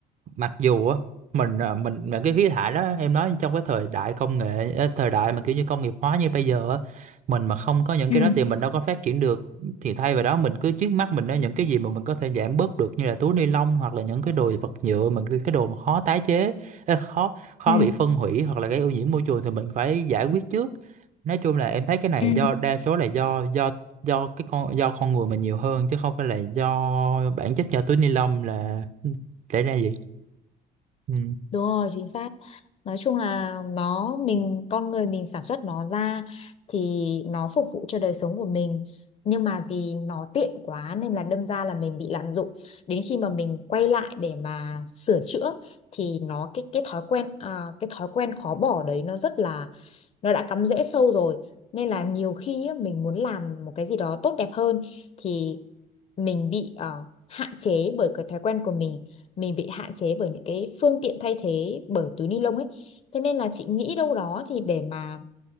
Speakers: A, on the right; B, on the left.
A: mặc dù á mình à, mình mà cái khí thải đó em nói trong cái thời đại công nghệ ờ, thời đại mà kiểu như công nghiệp hóa như bây giờ á mình mà không có những
B: Ừ,
A: cái đó thì mình đâu có phát triển được thì thay vào đó mình cứ trước mắt mình đó những cái gì mà mình có thể giảm bớt được như là túi ni lông hoặc là những cái đồ vật nhựa mà cái cái đồ mà khó tái chế ờ, khó khó
B: ừ,
A: bị phân hủy hoặc là gây ô nhiễm môi trường thì mình phải giải quyết trước nói chung là em thấy cái này
B: ừ.
A: do đa số là do do do cái con do con người mình nhiều hơn chứ không phải là do bản chất do túi ni lông là ừ, xảy ra gì Ừ.
B: Đúng rồi, chính xác. Nói chung là nó mình con người mình sản xuất nó ra thì nó phục vụ cho đời sống của mình. Nhưng mà vì nó tiện quá nên là đâm ra là mình bị lạm dụng. Đến khi mà mình quay lại để mà sửa chữa thì nó cái cái thói quen à, cái thói quen khó bỏ đấy nó rất là nó đã cắm rễ sâu rồi. Nên là nhiều khi á, mình muốn làm một cái gì đó tốt đẹp hơn thì mình bị ờ, hạn chế bởi cái thói quen của mình mình bị hạn chế bởi những cái phương tiện thay thế bởi túi ni lông ấy thế nên là chị nghĩ đâu đó thì để mà